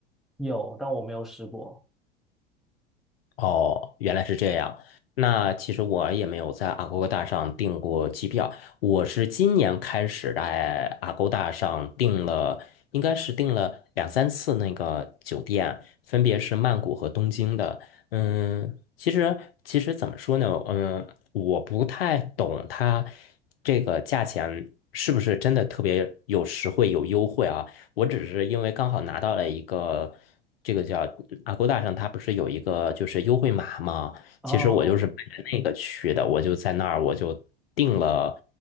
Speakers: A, in the centre; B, on the left.
A: 有，但我没有试过。
B: 哦，原来是这样。那其实我也没有在 a g o d 上订过机票，我是今年开始在 a g o d 上订了，应该是订了两三次那个酒店，分别是曼谷和东京的。嗯，其实其实怎么说呢？嗯，我不太懂它这个价钱是不是真的特别有实惠有优惠啊？我只是因为刚好拿到了一个这个叫 a g o d 上，它不是有一个就是优惠码吗？
A: 哦，
B: 其实我就是奔着那个去的，我就在那儿我就订了